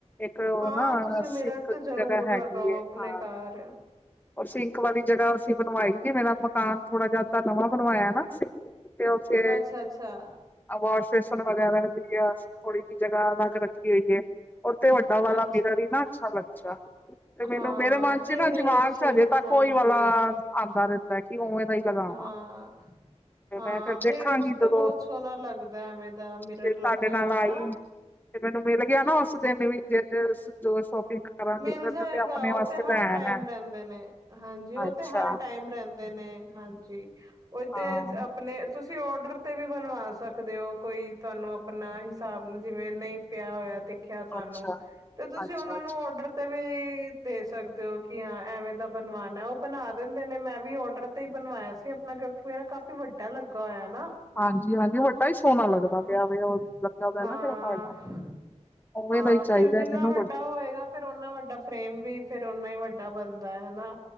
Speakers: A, on the left (about 15°); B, on the right (about 30°).
A: ਇੱਕ ਉਹ
B: ਹਾਂ
A: ਨਾ
B: ਤੁਸੀਂ ਮਿਰਰ
A: ਸ਼ਕ
B: ਤੇ
A: ਦੀ
B: ਜ਼ਰੂਰ
A: ਜਗ੍ਹਾ ਹੈਗੀ
B: ਲਗਾਓ
A: ਏ।
B: ਆਪਣੇ
A: ਹਾਂ।
B: ਘਰ
A: ਔਰ ਸਿੰਕ ਵਾਲੀ ਜਗ੍ਹਾ ਅਸੀਂ ਬਣਵਾਈ ਜੀ। ਮੇਰਾ ਮਕਾਨ ਥੋੜਾ ਜਿਹਾ ਤਾਂ ਨਵਾਂ ਬਣਵਾਇਆ ਨਾ। ਤੇ ਓ ਫੇ
B: ਅੱਛਾ ਅੱਛਾ
A: ਵਾਸ਼ ਬੇਸਨ ਵਗੈਰਾ ਦੀ ਥੋੜੀ ਜਿਹੀ ਜਗਾ ਅਲਗ ਰੱਖੀ ਹੋਈ ਹੈ । ਉਥੇ ਵੱਡਾ ਵਾਲਾ
B: ਅੱਛਾ
A: ਮਿਰਰ ਵੀ ਨਾ ਅੱਛਾ ਲੱਗਦਾ, ਤੇ ਮੈਨੂੰ
B: ਹਾਂ
A: ਮੇਰੇ ਮਨ
B: ਵਿਹੜੇ
A: ਚ ਨਾ ਦਿਮਾਗ
B: ਚ
A: । ਹਜੇ ਤੱਕ
B: ਹਾਂਜੀ
A: ਉਹੀ ਵਾਲਾ ਆਉਂਦਾ ਰਹਿੰਦਾ ਕਿ ਉਵੇਂ ਦਾ ਲਗਾਵਾਂ
B: ਹਾਂ
A: ਤੇ
B: ਹਾਂ,
A: ਮੈਂ ਫਿਰ
B: ਵਿਹੜੇ
A: ਦੇਖਾਂਗੀ
B: ਚ
A: ਜਦੋਂ
B: ਤੇ ਬਹੁਤ ਸੋਹਣਾ ਲੱਗਦਾ ਐਵੇਂ ਦਾ ਮਿਰਰ
A: ਤੇ ਤੁਹਾਡੇ
B: ਲੱਗਿਆ
A: ਨਾਲ
B: ਹੋਆ ਨਾ।
A: ਆਈ ਤੇ ਮੈਨੂੰ ਮਿਲ ਗਿਆ ਨਾ ਉਸ ਦਿਨ ਵੀ ਜੇ ਜੋ ਸ਼ੋਪਿੰਗ ਕਰਾਂਗੀ
B: ਮਿਲ
A: ਤੇ ਮੈਨੂੰ
B: ਜਾਏਗਾ
A: ਤੇ ਆਪਣੇ
B: ਉਹ
A: ਵਾਸਤੇ
B: ਤੇ ਹਰ
A: ਲੈਣਾ
B: ਟਾਈਮ
A: ਐ।
B: ਰਹਿੰਦਾ। ਨੇ ਹਾਂਜੀ। ਉਹ
A: ਅੱਛਾ
B: ਤੇ ਹਰ ਟਾਈਮ ਰਹਿੰਦੇ ਨੇ, ਹਾਂਜੀ ਤੇ
A: ਹਾਂ
B: ਆਪਣੇ ਤੁਸੀਂ ਔਡਰ ਤੇ ਵੀ ਬਣਵਾ ਸਕਦੇ ਔ। ਕੋਈ ਤੁਹਾਨੂੰ ਆਪਣਾ ਹਿਸਾਬ ਜਿਵੇਂ ਨਹੀਂ ਪਿਆ ਹੋਇਆ ਤੇ। ਖਿਆ ਤੁਹਾਨੂੰ
A: ਅੱਛਾ,
B: ਤੇ ਤੁਸੀਂ
A: ਅੱਛਾ,
B: ਉਹਨਾ
A: ਅੱਛਾ
B: ਨੂੰ ਡਰ ਤੇ ਵੀ ਦੇ ਸਕਦੇ ਹੋ ਕਿ ਹਾਂ ਐਵੇਂ ਦਾ ਬਣਵਾਨਾ ਹੈ ਉਹ ਬਣਾ ਦਿੰਦੇ ਨੇ ਮੈਂ ਵੀ ਔਡਰ ਤੇ ਬਣਵਾਇਆ ਸੀ ਆਪਣਾ ਕਿਉਂਕਿ ਇਹ ਕਾਫ਼ੀ ਵੱਡਾ ਲੱਗਾ ਹੋਇਆ ਨਾ।
A: ਹਾਂਜੀ, ਹਾਂਜੀ। ਵੱਡਾ ਹੀ ਸੋਹਣਾ ਲੱਗਦਾ
B: ਹਾਂ
A: ਪਿਆ ਵੈ ਉਹ ਲੱਗਾ ਪਿਆ
B: ਹਾਂ
A: ਨਾ ਜਿਹੜਾ ਤੁਹਾਡਾ। ਉਵੇਂ
B: ਹਾਂ,
A: ਦਾ ਹੀ ਚਾਹੀਦਾ
B: ਫੇਰ ਜਿੰਨਾ
A: ਮੈਨੂੰ
B: ਵੱਡਾ ਹੋਏਗਾ। ਫੇਰ ਓਨਾ ਵੱਡਾ ਫਰੇਮ ਵੀ, ਫੇਰ ਓਨਾ ਹੀ ਵੱਡਾ ਬਣਦਾ ਹੈਨਾ।